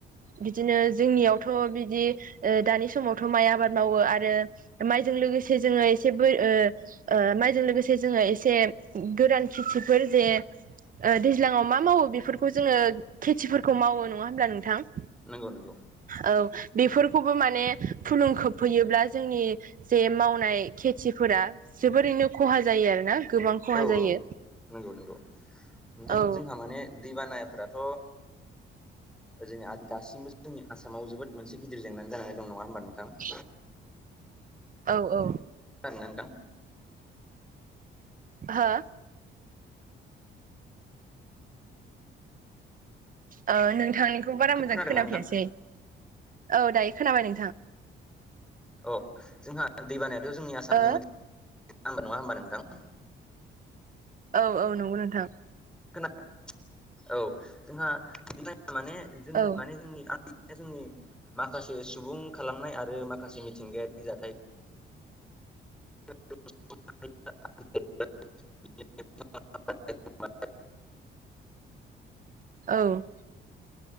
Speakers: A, on the right; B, in the centre.
A: बिदिनो जोंनियावथ' बिदि दानि समावथ' माइ आबाद मावो आरो माइजों लोगोसे जोङो एसे बोर ओ माइजों लोगोसे जोङो एसे गोरान खेथिफोर जे ओ दैज्लाङाव मा मावो बेफोरखौ जोङो खेथिफोरखौ मावो नङा होमब्ला नोंथां?
B: नंगौ नंगौ
A: औ बेफोरखौबो माने खुलुं खोबफैयोब्ला जोंनि जे मावनाय खेथिफोरा जोबोरैनो खहा जायो आरोना गोबां खहा
B: औ
A: जायो।
B: औ नंगौ नंगौ नोंथां
A: औ
B: जोंहा माने दैबानायाफोराथ'ओ जों दासिमबो जोंनि आसामाव जोबोद मोनसे गिदिर जनानै जानानै दं नङा होनोमबा नोंथां?
A: <inaudible> औ औ
B: खोनादों ना नोंथां?
A: हो औ नोंथांनि बेखौ बारा मोजां
B: खोनादोंना
A: खोनाफैयासै
B: नोंथां
A: औ दायो खोनाबाय नोंथां।
B: अ जोंहा दै बानायाथ' जोंनि आसामनि
A: ओ
B: मोनसे नाम्बार नङा होमबा नोंथां?
A: औ औ नंगौ नोंथां
B: खोनादों औ जोंहा माने जों
A: औ
B: माने जोंनि जोंनि माखासे सुबुं खालामनाय आरो माखासे मिथिंगायारि जाथाय <unintelligible>
A: औ